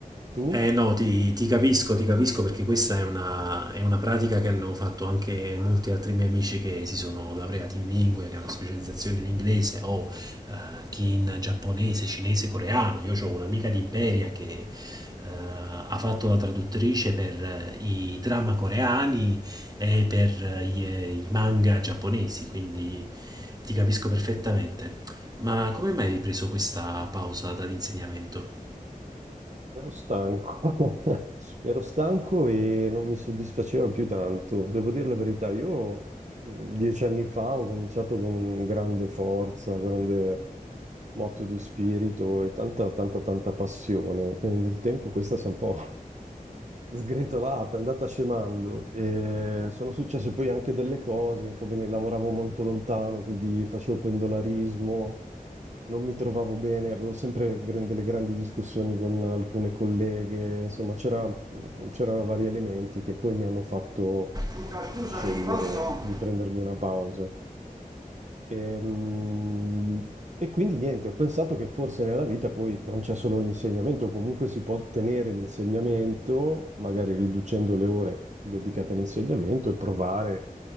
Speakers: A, on the right; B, on the right.
A: Tu?
B: Eh no, ti, ti capisco, ti capisco perché questa è una, è una pratica che hanno fatto anche molti altri miei amici che si sono laureati in lingue, che hanno specializzazione in inglese o eh, chi in giapponese, cinese, coreano. Io ho un'amica di Imperia che eh, ha fatto la traduttrice per eh, i drama coreani e per eh, gli- i manga giapponesi, quindi ti capisco perfettamente. Ma come mai hai preso questa pausa dall'insegnamento?
A: Ero stanco, <laughs> ero stanco e non mi soddisfaceva più tanto. Devo dire la verità, io mh, dieci anni fa ho cominciato con grande forza, grande motto di spirito e tanta, tanta, tanta passione. E nel tempo questa si è un po' sgretolata, è andata scemando. E sono successe poi anche delle cose, inconvenienti, lavoravo molto lontano, quindi facevo pendolarismo, non mi trovavo bene, avevo sempre gran- delle grandi discussioni con alcune colleghe, insomma, c'era- c'erano vari elementi che poi mi hanno fatto
B: Luca, scusami,
A: scegliere
B: posso?
A: di prendermi una pausa. Ehm, e quindi niente, ho pensato che forse nella vita poi non c'è solo l'insegnamento, comunque si può ottenere l'insegnamento, magari riducendo le ore dedicate all'insegnamento e provare